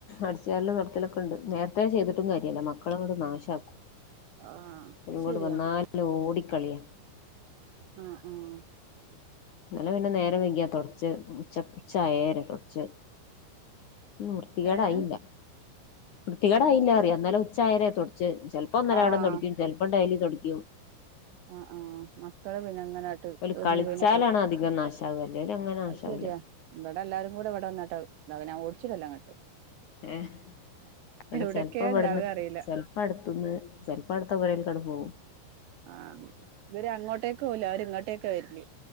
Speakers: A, on the left (about 55°); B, on the right (about 75°).
A: അടിച്ചരെല്ലാം നടക്കലൊക്കെ ഉണ്ട് നേരത്തെ ത്തെ ചെയ്തിട്ടും കാര്യമല്ല മക്കളുംങ്ങോട് നാശമാക്കും
B: ആഹ് അത്
A: ഒകോട്
B: ശരിയാ
A: വന്നാല ഓടിക്കളിയാ
B: ആഹ് ആഹ്
A: നല്ല പിന്നെ നേരം വെയകിയാ തുടച്ച് ഉച്ച ഉച്ചായര് തൊടച്ച് വൃത്തികേടായില്ല
B: ഏഹ്
A: വൃത്തി കേടായില്ല അറിയാ അ ഇന്നലെ ഉച്ചായെരാ തൊട ചെലപ്പോ ഒന്നരാടം
B: ആഹ്
A: തുടക്കു ചിലപ്പം ഡൈലി തൊടിക്കും
B: ആഹ് ആഹ് മക്കള് പിന്നെ അങ്ങനാട്ട്
A: ഓല്
B: ഒന്ന്
A: കളിച്ചാലാണ്
B: വന്നകളി
A: അധികം നാശാവ അല്ലേല് അങ്ങനെ നാശാവൂല
B: അത് ശരിയാ ഇവിടെ എല്ലാരു കൂടെ ഇവിടെ വന്നിട്ടാ <unintelligible> ഞ ഓടിച്ചിടലാങ്ങട്ട്
A: ഏഹ് ഇവിടെ
B: എവിടൊക്കെ
A: ചെലപ്പോ ഇവിടുന്ന്
B: ഇണ്ടാക അറിയില്ല
A: ചെലപ്പോ അടുത്തുന്ന് ചെലപ്പോ അടുത്ത പോരൽക്കങ്ങട് പോകും
B: ആഹ് ഇവര് അങ്ങോട്ടേക്ക് പോകൂല്ല അവര് ഇങ്ങോട്ടേക്കെ വരല്